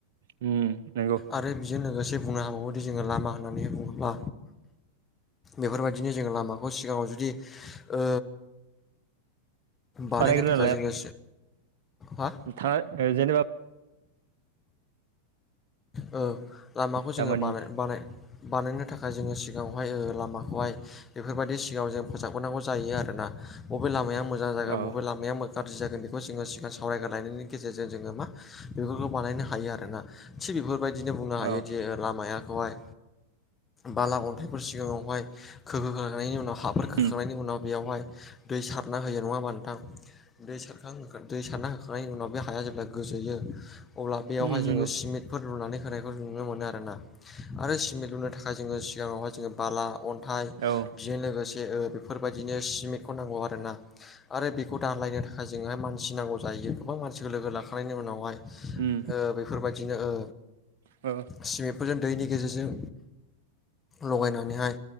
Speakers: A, on the right (about 65°); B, on the left (about 20°).
A: उम नंगौ
B: आरो बेजों लोगोसे बुंनो हाबावोदि जोङो लामा होननानै बुङोब्ला बेफोरबायदिनो जोङो लामाखौ सिगाङाव जुदि ओ बानायनो
A: बानायग्रोना
B: थाखाय जोङो हा
A: थार जेनेबा
B: औ लामाखौ जोङो
A: दामानि
B: बानाय बानाय बानायनो थाखाय जोङो सिगाङावहाय लामाखौहाय बेफोरबायदि सिगाङाव जोङो फोसाबग्रोनांगौ जायो आरोना बबे लामाया मोजां जागोन
A: औ
B: बबे लामाया गाज्रि जागोन बेखौ जोङो सिगां सावरायग्रोना लायनायनि गेजेरजों जोङो मा बेफोरखौ बानायनो हायो आरोना थिग बेफोरबायदिनो बुंनो हायोदि
A: औ
B: लामाखौहाय बाला अन्थाइफोर सिगाङाव बेवहाय खोहोखांनायनि उनाव हाफोर खोखांनायनि
A: उम
B: उनाव बेयावहाय दै सारना होयो नङा ओमबा नोंथां दै सारखां होखां दै सारना होखांनायनि उनाव बे हाया जेब्ला गोजोयो अब्ला बेयावहाय
A: उम नंगौ
B: जोङो सिमिट फोर लुनानै होनायखौ नुनो मोनो आरोना आरो सिमेन्ट लुनो थाखाय जोङो सिगाङावहाय जोङो बाला अन्थाइ
A: औ
B: बेजों लोगोसे बेफोरबायदिनो सिमेन्टखौ नांगौ आरोना आरो बेखौ दालायनो थाखाय जोंहा मानसि नांगौ जाहै गोबां मानसिखौ लोगो लाखांनायनि उनावहाय
A: उम
B: ओ बेफोरबायदिनो ओ
A: ओ
B: सिमेन्टफोरजों दैनि गेजेरजों लगायनानैहाय